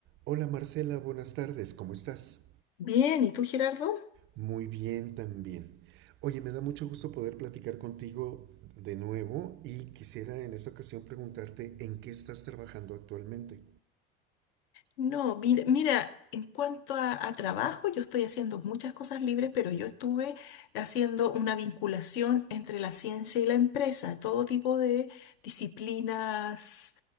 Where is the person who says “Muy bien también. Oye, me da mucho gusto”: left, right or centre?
Right